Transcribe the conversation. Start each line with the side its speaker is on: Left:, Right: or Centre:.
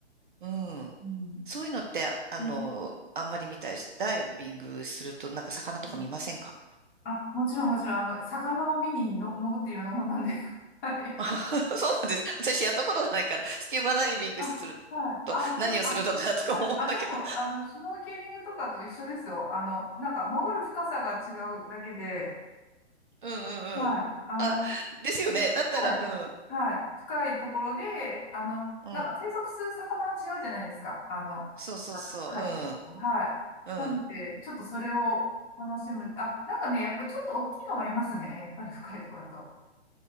Right: うん。
Left: うん。
Right: そういうのって、あの、
Left: うん
Right: あんまり見たいし、ダイビングするとなんか魚とか見ませんか
Left: うんあ、もちろん、もちろん、あの、魚を見にの潜ってるようなもんなんで。<laughs> はい。
Right: あ <laughs> そうなんです。私やったことがないから、スキューバダイビングすると何をするのかなとか思うんだけど。
Left: あ、はい。あ、そう、あ、はい。あ、でも、あの、シュノーケリングとかと一緒ですよ。あの、なんか、潜る深さが違うだけで、
Right: うんうんうん。
Left: はい。あの、
Right: あ、ですよね。
Left: うんはい。
Right: だったら、うん。
Left: はい。深いところで、あの、
Right: うん。
Left: なんか生息する魚は違うじゃないですか。あの、
Right: そうそうそう。
Left: なんか深いところも。はい。
Right: うん。
Left: なので、
Right: う
Left: ちょっとそれを楽しむ。あ、なんかね、やっぱちょっと大きいのがいますね。やっぱり深いところだと。